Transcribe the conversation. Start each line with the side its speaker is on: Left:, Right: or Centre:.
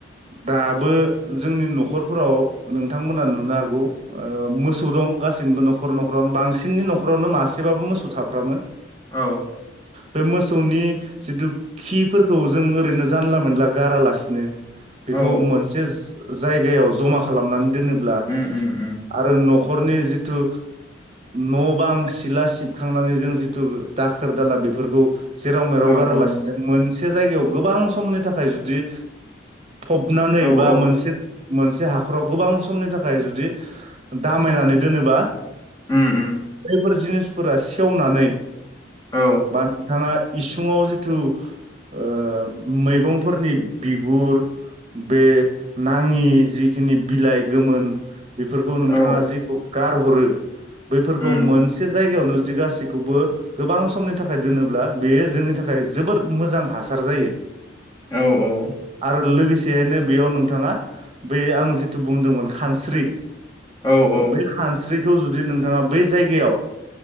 Right: दाबो जोंनि न'खरफोराव नोंथांमोना नुनो हागौ ओ मोसौ दं गासिनिबो न'खर न'खरावनो बांसिननि न'खरावनो मासेबाबो मोसौ थाफ्रामो।
Left: औ।
Right: बे मोसौनि जिथु खिफोरखौ जों ओरैनो जानला मोनला गारालासिनो बेखौ
Left: औ
Right: मोनसे जायगायाव जमा खालामनानै दोनोब्ला
Left: उम उम उम
Right: आरो न'खरनि जिथु न' बां सिला सिबखांनानै जों जिथु दाखोर दाला बेफोरखौ जेराव मेराव
Left: औ
Right: गारालासिनो
Left: औ
Right: मोन से जायगायाव गोबां समनि थाखाय जुदि फबनानै
Left: औ
Right: बा
Left: औ
Right: मोनसे मोनसे हाखराव गोबां समनि थाखाय जुदि दामायनानै दोनोबा।
Left: उम उम।
Right: बैफोर जिनिसफोरा सेवनानै
Left: औ
Right: बा नोंथाङा इसुङाव जिथु ओ मैगंफोरनि बिगुर बे नाङि जिखिनि बिलाइ गोमोन । बेफोरखौ नोंथाङा
Left: औ
Right: जिखौ गारहरो बैफोरखौ
Left: उम
Right: मोनसे जायगायावनो जुदि गासैखौबो गोबां समनि थाखाय दोनो अब्ला बेयो जोंनि थाखाय जोबोद मोजां हासार जायो
Left: औ औ।
Right: आरो लोगोसेयैनो बेयाव नोंथाङा बे आं जिथु बुंदोंमोन खानस्रि
Left: औ औ
Right: बेै खानस्रि खौ जुदि नोंथाङा बै जायगायाव